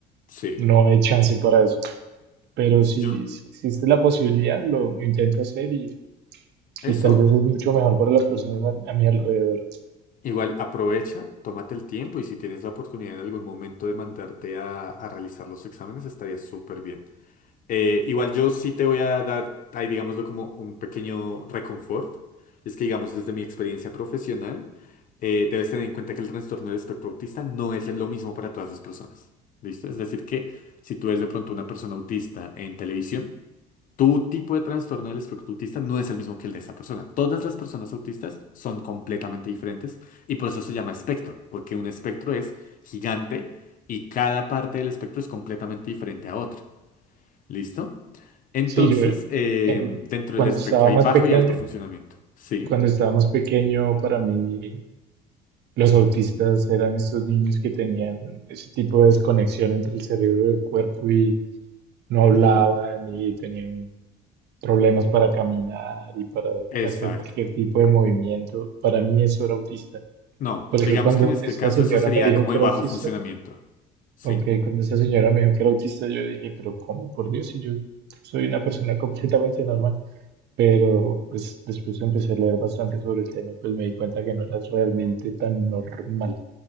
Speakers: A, on the left; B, on the right.
A: Sí.
B: no hay chance para eso. Pero si,
A: Yo,
B: si existe la posibilidad, lo, lo intento hacer y,
A: eso.
B: y tal vez es mucho mejor para las personas a a mi alrededor.
A: Igual aprovecha, tómate el tiempo y si tienes la oportunidad en algún momento de mandarte a, a realizar los exámenes, estaría súper bien. Eh, igual yo sí te voy a dar, ahí digámoslo como un pequeño reconfort. Es que digamos desde mi experiencia profesional, eh, debes tener en cuenta que el trastorno del espectro autista no es lo mismo para todas las personas. ¿Listo? Es decir que si tú eres de pronto una persona autista en televisión, tu tipo de trastorno del espectro autista no es el mismo que el de esa persona. Todas las personas autistas son completamente diferentes y por eso se llama espectro, porque un espectro es gigante y cada parte del espectro es completamente diferente a otra. ¿Listo? Entonces,
B: Sí, yo
A: eh,
B: en,
A: dentro
B: cuando
A: del espectro
B: estaba
A: hay
B: más
A: bajo
B: pequeño,
A: y alto funcionamiento. Sí.
B: cuando estaba más pequeño, para mí los autistas eran estos niños que tenían ese tipo de desconexión entre el cerebro y el cuerpo y no hablaban
A: Ujú.
B: y tenían problemas para caminar y para
A: Exacto.
B: hacer cualquier tipo de movimiento. Para mí eso era autista.
A: No,
B: Porque
A: digamos
B: cuando
A: que en este
B: esta
A: caso
B: señora
A: eso sería
B: me dijo
A: como
B: que
A: de
B: era
A: bajo
B: autista,
A: funcionamiento. Sí.
B: o que cuando esta señora me dijo que era autista, yo dije, pero ¿cómo? Por Dios, si yo soy una persona completamente normal. pero pues después empecé a leer bastante sobre el tema y pues me di cuenta que no era realmente tan normal.